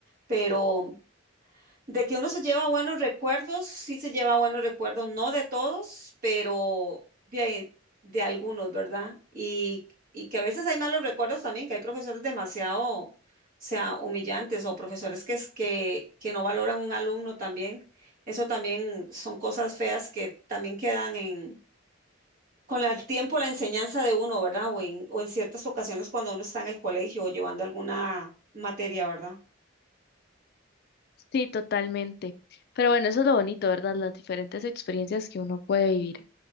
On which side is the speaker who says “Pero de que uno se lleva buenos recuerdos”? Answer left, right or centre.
Right